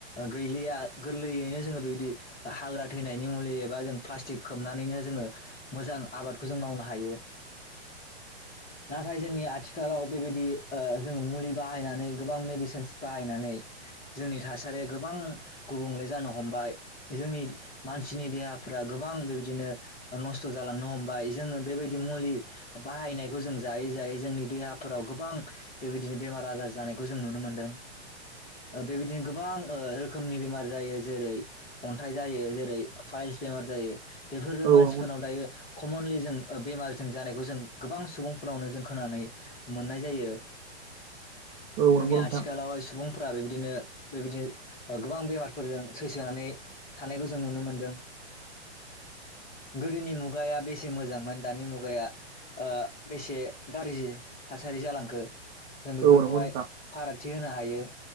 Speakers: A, on the left; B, on the right.
A: गैलिया गोरलैयैनो जोङो बेबायदि हाग्रा थैनायनि मुलि एबा जों प्लास्टिक खोबनानैनो। जोङो मोजां आबादखौ जों मावनो हायो। नाथाय जोंनि आथिखालाव बेबायदि ओ जोङो मुलि बाहायनानै गोबां मेडिसिनस बाहायनानै जोंनि थासारिया गोबां गुबुंले जानो हमबाय जोंनि मानसिनि देहाफ्रा गोबां बेबायदिनो। नस्थ जालांनो हमबाय जोङो बेबायदि मुलि बाहायनायखौ जों जायै जायै जोंनि देहाफोराव गोबां बेबायदिनो बेमार आजार जानायखौ जों नुनो मोन्दों। ओ बेबायदिनो गोबां ओ रोखोमनि बेमार। जायो जेरै अन्थाइ जायो जेरै फाइल्स बेमार जायो। बेफोरो मानसि।
B: औ
A: नाव दायो कमनलि जों बेमार। जों जानायखौ जों गोबां सुबुंफोरावनो जों खोन मोननाय जायो। जोंनि
B: नंगौ नोंथां
A: आथिखालाव सुबुंफोरा बेबायदिनो। बेबायदि गोबां बेमारफोरजों। सैसोनानै थानायखौ जों नुनो मोनो। मोनदों। गोदोनि मुगाया बेसे मोजांमोन दानि मुगाया ओ बेसे गाज्रि थासारि जालांखो। जों
B: औ
A: बेफोरखौहाय फारागथि होनो हायो।